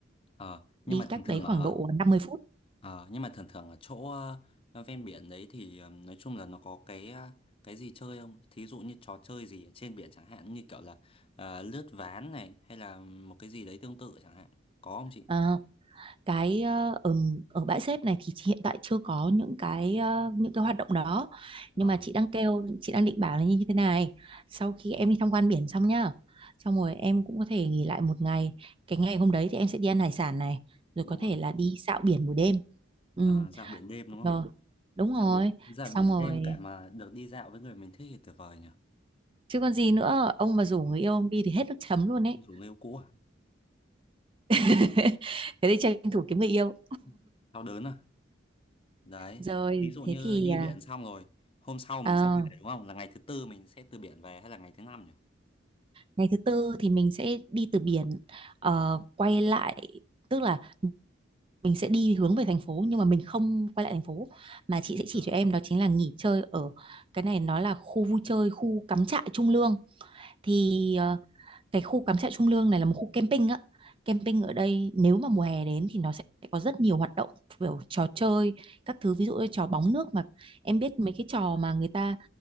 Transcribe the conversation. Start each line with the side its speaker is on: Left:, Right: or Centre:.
Left: ờ,
Right: đi
Left: nhưng mà
Right: cách
Left: thường thường
Right: đấy khoảng
Left: ở
Right: độ 50 phút.
Left: ờ, nhưng mà thường thường ở chỗ ờ, ven biển đấy thì ừm, nói chung là nó có cái ờ, cái gì chơi không thí dụ như trò chơi gì ở trên biển chẳng hạn như kiểu là ờ, lướt ván này hay là một cái gì đấy tương tự chẳng hạn có không chị
Right: Ờ, cái ờ, ở ở bãi xếp này thì chị hiện tại chưa có những cái ờ, những cái hoạt động đó.
Left: Ờ,
Right: Nhưng mà chị đang kêu, chị đang định bảo là như thế này. Sau khi em đi tham quan biển xong nhá, xong rồi em cũng có thể nghỉ lại một ngày. Cái ngày hôm đấy thì em sẽ đi ăn hải sản này, rồi
Left: đúng
Right: có thể
Left: rồi
Right: là đi dạo biển buổi đêm. Ừ,
Left: Ờ, dạo biển đêm đúng không
Right: rồi. Đúng
Left: Dạo
Right: rồi.
Left: biển, dạo
Right: Xong
Left: biển
Right: rồi.
Left: đêm cả mà được đi dạo với người mình thích thì tuyệt vời nhỉ.
Right: Chứ còn gì nữa, ông mà rủ
Left: Đúng rồi.
Right: người yêu ông đi thì hết nước chấm luôn ấy.
Left: Không xuống yêu cũ à?
Right: <laughs> thế thì tranh thủ kiếm người yêu
Left: Ừ. Đau đớn à? Đấy.
Right: rồi
Left: Thí dụ
Right: thế
Left: như
Right: thì
Left: đi
Right: à,
Left: biển xong rồi, hôm sau mình
Right: ờ,
Left: sẽ về đúng không? Là ngày thứ tư mình sẽ từ biển về hay là ngày thứ năm nhỉ?
Right: ngày thứ tư thì mình sẽ đi từ biển ờ, quay lại tức là mình sẽ đi hướng về thành phố nhưng mà mình không quay lại thành phố mà chị sẽ chỉ
Left: Ờ.
Right: cho em đó chính là nghỉ chơi ở cái này nó là khu vui chơi khu cắm trại Trung Lương thì
Left: Ờ.
Right: ờ, cái khu cắm trại Trung Lương này là một khu camping á camping ở đây nếu mà mùa hè đến thì nó sẽ có rất nhiều hoạt động kiểu trò chơi các thứ ví dụ như trò bóng nước mà em biết mấy cái trò mà người ta